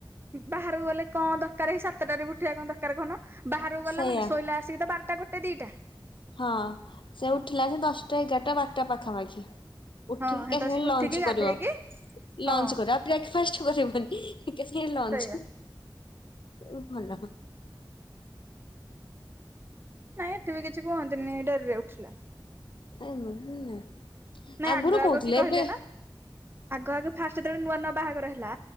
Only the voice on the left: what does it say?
ସେଇଆ
ହଁ ସେ ଉଠିଲା ସେଦଶଟା ଏଗାରଟା ବାରଟା ପାଖାପାଖି। ଉଠିକି
ଏକାସାଙ୍ଗେ
ଲଞ୍ଚ
କରିବ।
ଲଞ୍ଚ କରିବ ଆଉ ବ୍ରେକଫାଷ୍ଟ କରିବନି ଏକା ସାଙ୍ଗରେ ଲଞ୍ଚ।
ଉଁ ଭଲ।
<unintelligible> ଏ
ଆଗରୁ
କହୁଥିଲେ
ଏବେ